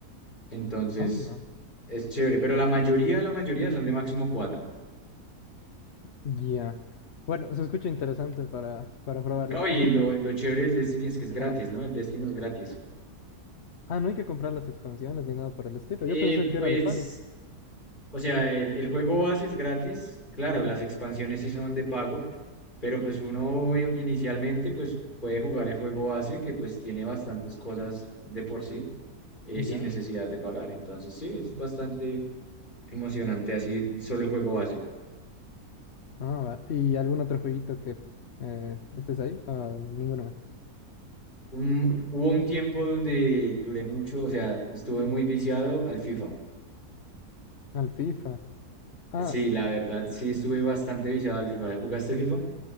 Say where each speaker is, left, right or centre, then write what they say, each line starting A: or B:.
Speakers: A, on the left; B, on the left.
A: Entonces,
B: Anda.
A: Es chévere, pero la mayoría, la mayoría son de máximo cuatro.
B: Ya. Bueno, se escucha interesante para, para probarla.
A: No, y
B: <laughs>
A: lo, lo chévere del Destiny es que es gratis,
B: Ajá.
A: ¿no? El Destiny es gratis.
B: Ah, no hay que comprar las expansiones ni nada por el estilo.
A: Eh,
B: Yo pensé que
A: pues,
B: era de pago.
A: o sea, el, el juego base es gratis. Claro,
B: ¿Ya?
A: las expansiones sí son de pago, pero pues uno eh, inicialmente pues puede jugar el juego base que pues tiene bastantes cosas de por sí eh,
B: ¿Ya?
A: sin necesidad de pagar. Entonces sí, es bastante emocionante así solo el juego base.
B: Ah, va. ¿Y algún otro jueguito que eh, estés ahí? Ah, ninguno. más.
A: Un- hubo un tiempo donde duré mucho, o sea, estuve muy viciado al FIFA.
B: Al FIFA. Ah,
A: Sí, la verdad, sí estuve bastante viciado al FIFA. ¿Jugaste FIFA?